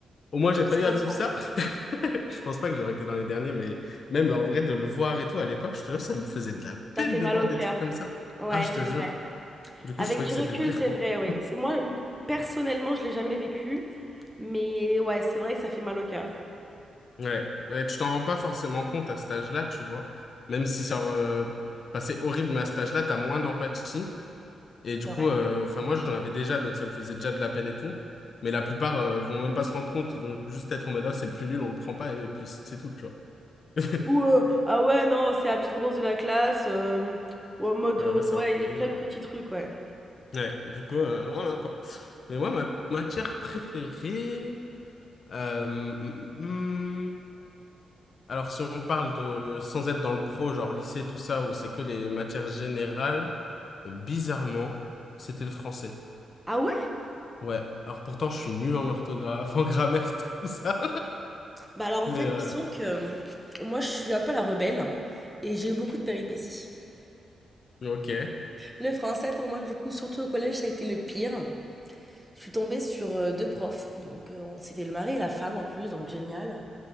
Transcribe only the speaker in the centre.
je
comprends.
Ça fait
mal
au
cœur.
Ouais,
c'est
vrai.
Avec
du
recul,
c'est
vrai, oui. C'est- Moi, personnellement, je l'ai jamais vécu, mais ouais, c'est vrai que ça fait mal au cœur.
C'est
vrai.
Ou euh, ah ouais, non, c'est la petite grosse de la classe. euh, ou en mode,
euh,
ouais,
il y a plein de petits trucs, ouais.
Ah ouais?
Bah alors en
fait,
disons que euh, moi je suis un peu la rebelle et j'ai eu beaucoup de péripéties.
Le français pour moi du coup, surtout au collège, ça a été le pire. Je suis tombée sur euh, deux profs, donc euh, on- c'était le mari et la femme en plus, donc génial.